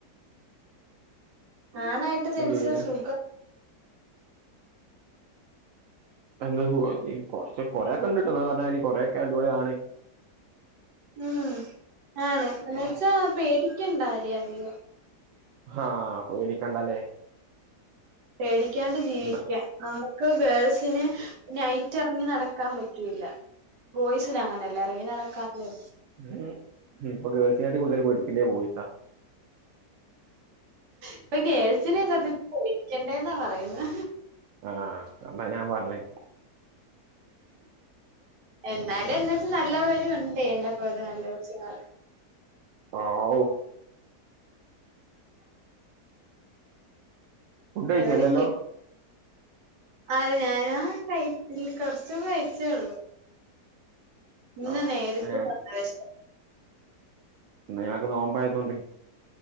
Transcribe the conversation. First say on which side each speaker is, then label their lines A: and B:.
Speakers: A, on the right; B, on the right.
A: ആണായിട്ട് ജനിച്ച
B: ഏഹ്
A: സുഖം
B: നല്ല സുഖം കുറച്ച് കൊറെക്കെണ്ട്ട്ടോ ഇങ്ങള് പറഞ്ഞ മാതിരി കൊറെക്കെ അത് പോലാണ്
A: ഉം ആണ് എന്നുവച്ചാ പേടിക്കണ്ടാ രി അധികം
B: ആ പേടിക്കണ്ടല്ലേ
A: പേടിക്കാണ്ട് ജീവിക്കാം
B: ന്നാ
A: നമ്മ ക്ക് ഗേൾസിന് നൈറ്റ് എറങ്ങി നടക്കാൻ പറ്റൂല ബോയ്സിന് അങ്ങനെല്ല ഇറങ്ങി നടക്കാല്ലോ
B: ഉം ഉം ഇപ്പ ഗേൾസിനെ കാട്ടിലും കൂടുൽ പേടിക്കണ്ടേത് ബോയ്സാ
A: ഇപ്പാ ഗേൾസിനെയാ സത്ത്യത്തിൽ പേടിക്കെണ്ടെന്നാ പറയിന്നെ
B: ആഹ് അതാ ഞാൻ പറഞ്ഞേ
A: എന്നാലും എന്നാച്ച നല്ലവരുണ്ട് എന്നെ പോലത് നല്ല കൊച്ചുങ്ങളൊക്കെ
B: ആവോ ഫുഡ് കയ്ച്ചോ
A: എവിടെ
B: ഇല്ലല്ലോ
A: കി ആര് ഞാനാ കഴിച്ച കുറച്ച് മുന്നെ കഴിച്ചൊള്ളൂ ഇന്ന്
B: ആഹ്
A: നേരിട്ട്
B: ഏഹ്
A: <unintelligible>
B: ഇന്ന് ഞങ്ങക്ക് നോമ്പായത് കൊണ്ട്